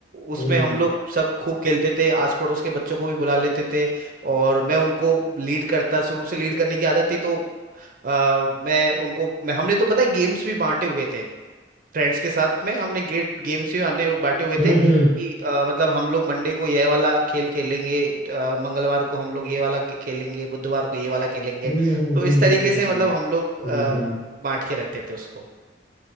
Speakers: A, on the right; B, on the left.
A: उसमें
B: हम्म
A: हम लोग सब खूब खेलते थे आस पड़ोस के बच्चों को भी बुला लेते थे और मैं उनको लीड करता शुरू से लीड करने की आदत थी तो अ, मैं उनको मैं हमने तो पता है गेम्स भी बांटे हुए थे फ्रेंड्स के साथ में हमने गेट गेम से आने बांटे हुए
B: हम्म
A: थे कि
B: हम्म
A: अ, मतलब हम लोग मंडे को यह वाला खेल खेलेंगे अ, मंगलवार को हम लोग ये वाला खे- खेलेंगे बुधवार को ये वाला खेलेंगे
B: हम्म हम्म
A: तो
B: हम्म
A: इस तरीके
B: हम्म हम्म,
A: से मतलब हम लोग अ,
B: हम्म, हम्म,
A: बांट के रखते थे उसको